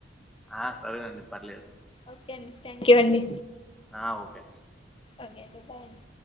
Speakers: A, in the centre; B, on the left.
A: ఆ సరేనండి పర్లేదు
B: ఓకే అండి థ్యాంక్ యూ అండి
A: ఆ ఓకే
B: అదే అ లేడి బా అండి